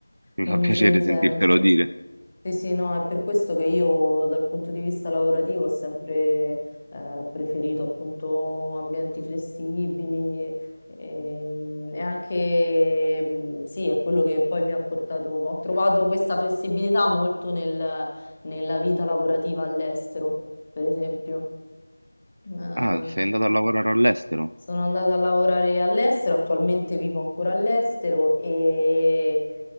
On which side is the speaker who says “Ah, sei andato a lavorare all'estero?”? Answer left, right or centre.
Right